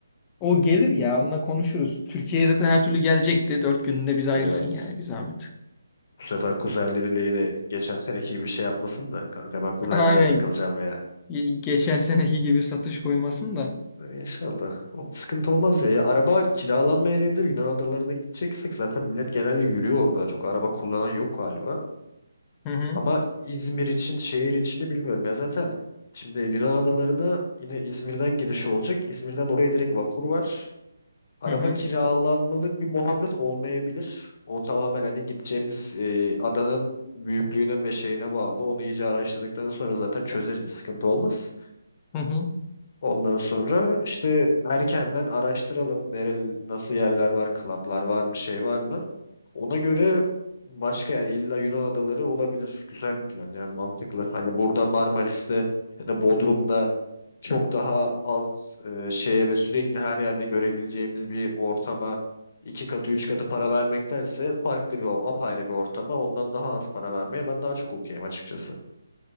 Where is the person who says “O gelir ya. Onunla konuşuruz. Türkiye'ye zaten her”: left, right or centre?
Left